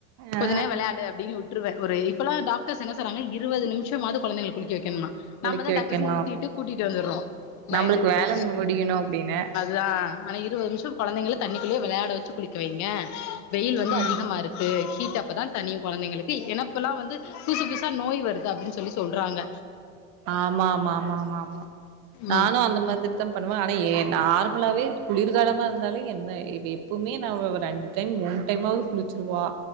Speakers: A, on the right; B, on the left.
A: ஆ
B: கொஞ்ச நேரோ வெளாயாடு அப்டினு விட்டுறுவே ஒரு இப்பெல்லா டாக்டர்ஸ் என்ன சொல்றாங்க இருவது நிமிஷமாவது கொழந்தைகள குளிக்க வைக்கணுமா
A: குளிக்க
B: நம்மதா
A: வைக்கணு
B: டக் டக்குன்னு ஊத்திட்டு கூட்டிட்டு வந்துறோ பயந்துகிட்டு
A: நம்மளுக்கு வேல முடியணு அப்டின்னு
B: தா ஆனா இருவது நிமிஷோ கொழந்தைங்கள தண்ணிக்குள்ளயே வெளாட வெச்சு குளிக்க வைங்க வெயில் வந்து
A: ம்
B: அதிகமா இருக் கு ஹீட் அப்பதா தனியு கொழந்தைங்களுக்கு ஏன்னா இப்ப எல்லா வந்து புதுசு புதுசா நோய் வருது அப்டின்னு சொல்லி சொல்றாங்க
A: ஆமா ஆமா ஆமா ஆமா ஆமா நானு
B: ம்
A: அந்த மாதிரி தா பண்ணுவ ஆனா நார்மலாவே குளிர்காலமா இருந்தாலு எந்த எப்பவுமே நா ரெண்டு டைம் மூணு டைமாவது குளிச்சிருவா